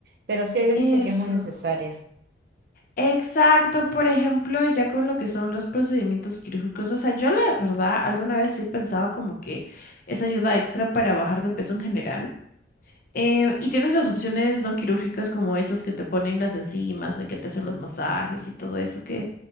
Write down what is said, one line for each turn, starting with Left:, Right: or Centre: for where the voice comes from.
Right: Pero sí hay veces
Left: eso.
Right: en que es muy necesaria.
Left: Exacto, por ejemplo, ya con lo que son los procedimientos quirúrgicos, o sea, yo la verdad alguna vez sí he pensado como que es ayuda extra para bajar de peso en general. Eh, y tienes las opciones no quirúrgicas como esas que te ponen las enzimas, de que te hacen los masajes y todo eso, que